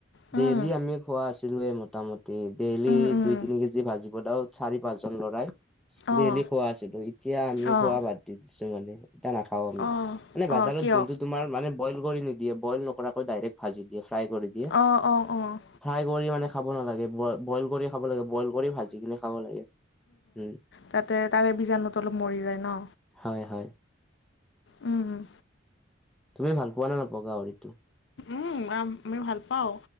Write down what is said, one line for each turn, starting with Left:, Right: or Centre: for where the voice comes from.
Left: উম
Centre: ডেইলি আমি খোৱা আছিলোঁৱে মোটামুটি ডেইলি
Left: উম উম
Centre: দুই তিনি কেজি ভাজি <unintelligible> চাৰি পাঁচ জন ল'ৰাই
Left: অঁ
Centre: ডেইলি খোৱা আছিলোঁ, এতিয়া আমি
Left: অঁ
Centre: খোৱা বাদ দি দিছো মানে। টা নাখাওঁ আমি।
Left: অঁ
Centre: মানে বজাৰত
Left: অঁ কিয়
Centre: যোনটো তোমাৰ মানে বইল কৰি নিদিয়ে বইল নকৰাকৈ ডাইৰেক্ট ভাজি দিয়ে ফ্ৰাই কৰি দিয়ে।
Left: অ', অ', অ'।
Centre: ফ্ৰাই কৰি মানে খাব নালাগে বই-বইল কৰি খাব লাগে বইল কৰি ভাজি কিনে খাব লাগে, উম।
Left: তাতে তাৰে বীজাণুটো অলপ মৰি যায় ন?
Centre: হয়, হয়।
Left: উম, উম।
Centre: তুমি ভাল পোৱা নে নাপোৱা গাহৰিতো?
Left: উম, আমি ভাল পাওঁ।